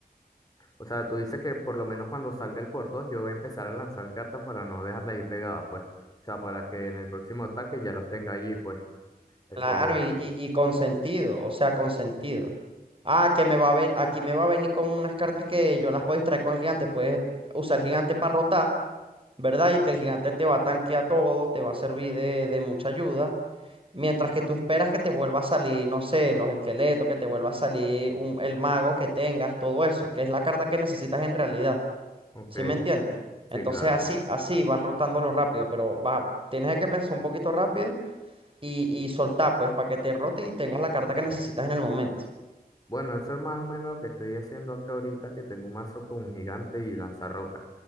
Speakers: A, on the left; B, on the right.
A: O sea, tú dices que por lo menos cuando salga el por dos, yo voy a empezar a lanzar cartas para no dejarlas ahí pegadas, pues. O sea, para que en el próximo ataque ya los tenga allí, pues. Eso,
B: Claro, y, y, y con sentido, o sea, con sentido. Ah, que me va a ver, aquí me va a venir con unas cartas que yo las puedo distraer con el gigante, puedes usar el gigante para rotar. ¿verdad? Y que el gigante te va a tanquear todo, te va a servir de, de mucha ayuda. Mientras que tú esperas que te vuelva a salir, no sé, los esqueletos, que te vuelva a salir un, el mago que tengas, todo eso, que es la carta que necesitas en realidad.
A: ok,
B: ¿Sí me entiendes? Entonces
A: sí, claro.
B: así, así vas rotándolo rápido, pero va, tienes que pensar un poquito rápido y, y soltar, pues, para que te rote y tengas la carta que necesitas en el momento.
A: Bueno, eso es más o menos lo que estoy haciendo acá ahorita, que tengo un mazo con un gigante y lanzarrocas.